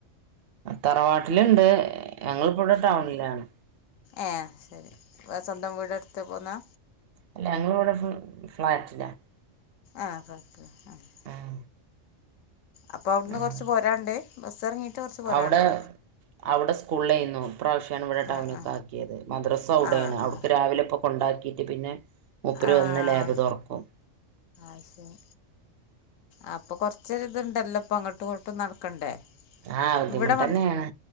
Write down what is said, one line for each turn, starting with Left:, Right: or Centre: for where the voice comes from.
Right: തറവാട്ടിലുണ്ട് ഞങ്ങള്പ്പവടെ ടൗണിലാണ്
Left: ഏഹ് അയ്ശരി സ്വന്തം വീടെടുത്ത് പോന്നാ
Right: അല്ല ഞങ്ങളിവിടെ ഫ് ഫ്ളാറ്റിലാ
Left: ആഹ് കൊഴപല്ല ആഹ്
Right: ഉം
Left: അപ്പോ അവിടുന്ന്
Right: ഉം
Left: കൊർച്ച് പോരാണ്ട് ബസ്സ് എറങ്ങിയിട്ട് കൊർച്ച് പോരാണ്ടോ
Right: അവിടെ അവിടെ സ്കൂളിലേയ്ന്നു ഇപ്രാവശ്യാണ് ഇവിടെ ടൗണിക്കാക്കിയത്
Left: ആ ആ
Right: മദ്രസ അവിടേണ്
Left: ആ
Right: അവിടുക്ക്
Left: ആ
Right: രാവിലെപ്പൊ കൊണ്ടാക്കിയിറ്റ് പിന്നെ മൂപ്പര്
Left: ആഹ്
Right: വന്ന് ലാബ് തുറക്കും
Left: അത്ശരി അപ് പ്പൊ കൊർച്ചൊര്ത്ണ്ടല്ലോപ്പൊ അങ്ങോട്ടും ഇങ്ങോട്ടും നടക്കണ്ടേ
Right: ആ ബുദ്ധിമുട്ട്
Left: ഇവിടെ മ
Right: തന്നെയാണ്